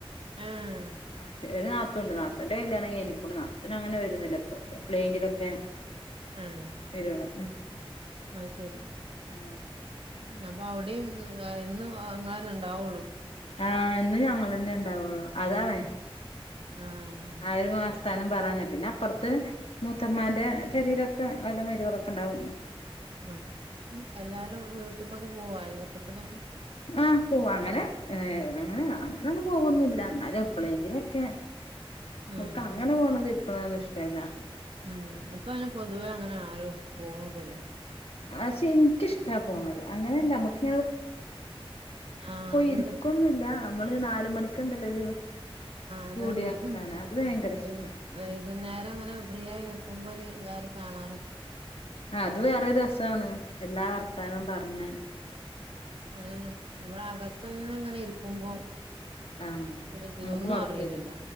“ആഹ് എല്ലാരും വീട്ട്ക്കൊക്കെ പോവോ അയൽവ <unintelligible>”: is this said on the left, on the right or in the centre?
Right